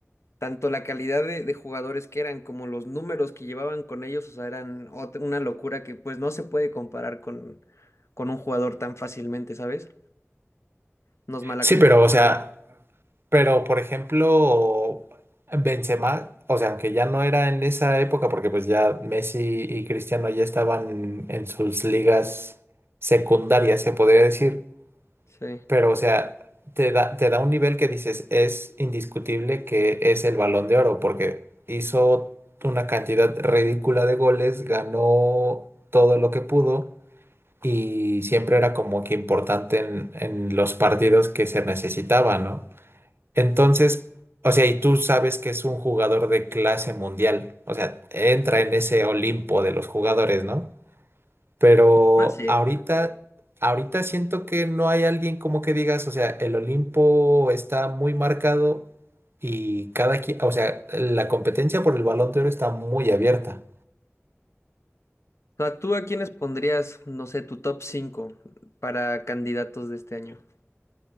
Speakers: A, on the left; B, on the right.
A: tanto la calidad de, de jugadores que eran como los números que llevaban con ellos, o sea, eran ot- una locura que pues no se puede comparar con, con un jugador tan fácilmente, ¿sabes? Nos malacostumbraron
B: Sí, pero, o sea, pero por ejemplo, Benzema, o sea, aunque ya no era en esa época, porque pues ya Messi y Cristiano ya estaban en sus ligas secundarias, se podría decir.
A: Sí.
B: Pero, o sea, te da, te da un nivel que dices, es indiscutible que es el Balón de Oro, porque hizo una cantidad ridícula de goles, ganó todo lo que pudo y siempre era como que importante en, en los partidos que se necesitaba, ¿no? Entonces, o sea, y tú sabes que es un jugador de clase mundial, o sea, entra en ese Olimpo de los jugadores, ¿no? Pero
A: Más sí.
B: ahorita, ahorita siento que no hay alguien como que digas, o sea, el Olimpo está muy marcado y cada quien, o sea, la competencia por el Balón de Oro está muy abierta.
A: O sea, ¿tú a quiénes pondrías, no sé, tu top 5 para candidatos de este año?